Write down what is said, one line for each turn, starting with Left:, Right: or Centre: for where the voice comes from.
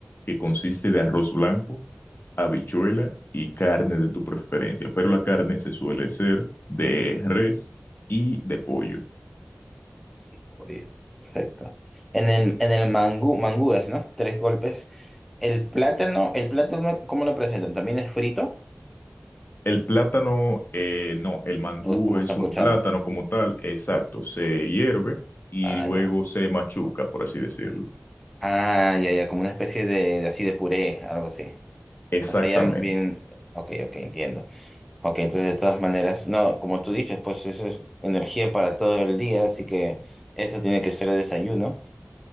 Left: que consiste de arroz blanco, habichuela y carne de tu preferencia. Pero la carne se suele ser de res y de pollo.
Centre: Sí, pollo. Perfecto. En el, en el mangú, mangúes, ¿no? Tres golpes. El plátano, el plátano, ¿cómo lo presentan? ¿También es frito
Left: El plátano, eh, no, el mangú
Centre: o es como
Left: es
Centre: sancochado?
Left: un plátano como tal, exacto, se hierve y
Centre: Ah,
Left: luego
Centre: ya.
Left: se machuca, por así decirlo.
Centre: Ah, ya, ya, como una especie de, de así de puré, algo así.
Left: Exactamente,
Centre: O sea, ya bien, ok, ok, entiendo. Ok, entonces de todas maneras, no, como tú dices, pues eso es energía para todo el día, así que eso tiene que ser el desayuno.